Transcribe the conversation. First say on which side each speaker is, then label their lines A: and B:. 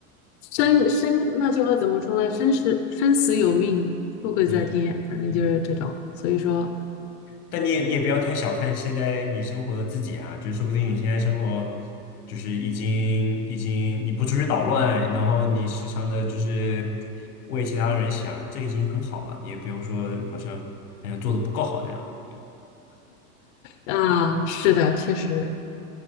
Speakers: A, on the left; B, on the left.
A: 生生那句话怎么说呢？生死生死有命，富贵在天，
B: 嗯嗯。
A: 反正就是这种。所以说
B: 但你也你也不要太小看现在你生活的自己啊，就是说不定你现在生活就是已经已经你不出去捣乱，然后你时常的就是为其他人想，这已经很好了，你也不用说好像好像做的不够好这样。嗯，
A: 啊，是的，确实，